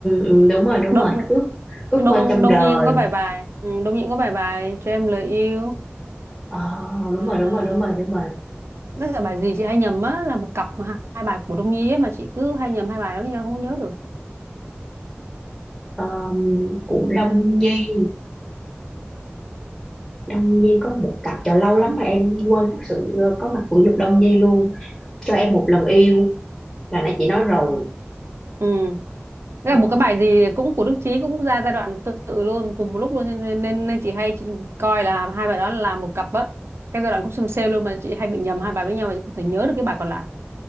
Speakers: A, in the centre; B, on the right.
A: ừ, đúng rồi đúng
B: Đột,
A: rồi ước ước
B: Đông
A: mơ trong
B: Đông
A: đời
B: Nhi cũng có vài bài ừ, Đông Nhi cũng có vài bài cho em lời yêu
A: ờ, đúng
B: à,
A: rồi đúng rồi đúng rồi đúng rồi
B: với cả bài gì chị hay nhầm á là một cặp mà hai, hai bài của Đông Nhi ấy mà chị cứ hay nhầm hai bài đó với nhau không nhớ được
A: Ờm, của Đông Nhi Đông Nhi có một cặp trời lâu lắm mà em quên mất sự ờ, có mặt của Nhục Đông Nhi luôn cho
B: ừ.
A: em một lần yêu là nãy chị nói rồi
B: Ừ. Thế
A: Ờ,
B: là một cái bài gì cũng của Đức Chí cũng ra giai đoạn tương tự luôn cùng một lúc luôn nên nên, nên nên chị hay chị coi là hai bài đó là một cặp á cái giai đoạn cũng xem sale luôn mà chị hay bị nhầm hai bài với nhau mà chị không thể nhớ được cái bài còn lại